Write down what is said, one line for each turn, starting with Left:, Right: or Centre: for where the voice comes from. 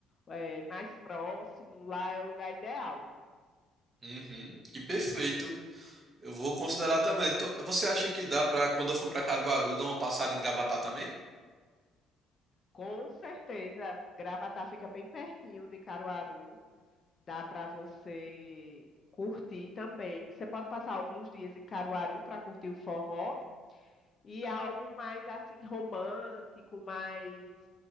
Left: é, mais próximo, lá é o lugar ideal.
Right: Uhum, que perfeito. Eu vou considerar também. Tô- Você acha que dá pra, quando eu for pra Caruaru, dar uma passada em Gravatá também?
Left: Com certeza, Gravatá fica bem pertinho de Caruaru, dá para você curtir também. Você pode passar alguns dias em Caruaru para curtir o forró e algo mais assim romântico, mais